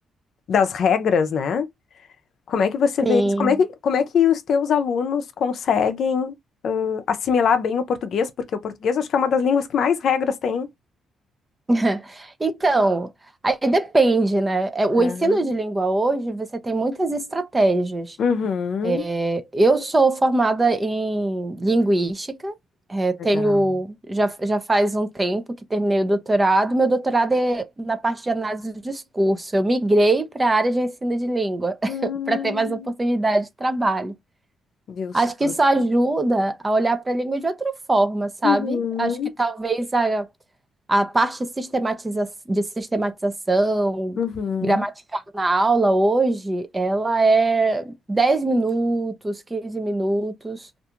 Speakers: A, on the left (about 65°); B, on the right (about 20°).
A: das regras, né? Como é que você vê
B: Sim.
A: isso? Como é que, como é que os teus alunos conseguem ãh, assimilar bem o português? Porque o português acho que é uma das línguas que mais regras tem.
B: <laughs> Então, aí depende, né? É, O
A: Ah,
B: ensino de língua hoje, você tem muitas estratégias.
A: Uhum.
B: É, eu sou formada em linguística, é, tenho,
A: Legal.
B: já, já faz um tempo que terminei o doutorado. Meu doutorado é na parte de análise do discurso. Eu migrei para a área de ensino de língua,
A: Hum,
B: <laughs> para ter mais oportunidade de trabalho.
A: viu
B: Acho
A: só?
B: que isso ajuda a olhar para a língua de outra forma, sabe?
A: Uhum.
B: Acho que talvez a a parte sistematiza de sistematização
A: Uhum.
B: gramatical na aula hoje, ela é 10 minutos, 15 minutos.